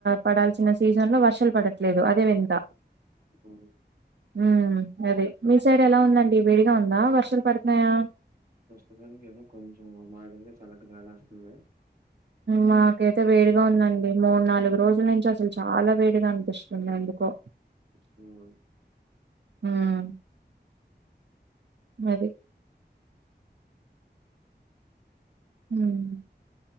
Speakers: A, on the right; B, on the right.
A: పడాల్సిన సీజన్ లో వర్షాల్ పడట్లేదు. అదే వింత.
B: ఊహూ
A: ఆ అదే. మీ సైడెలా ఉందండి వేడిగా ఉందా? వర్షాల్ పడుతున్నాయా?
B: ప్రస్తుతానికైతే కొంచెం ఓ మాదిరిగ చల్లటిగాలేస్తుంది.
A: మాకైతే వేడిగా ఉందండి. మూడ్నాలుగు రోజుల్నుంచసలు చాలా వేడిగా అనిపిస్తుంది ఎందుకో.
B: <unintelligible>
A: ఊ ఉ‌ మొదట్ ఉమ్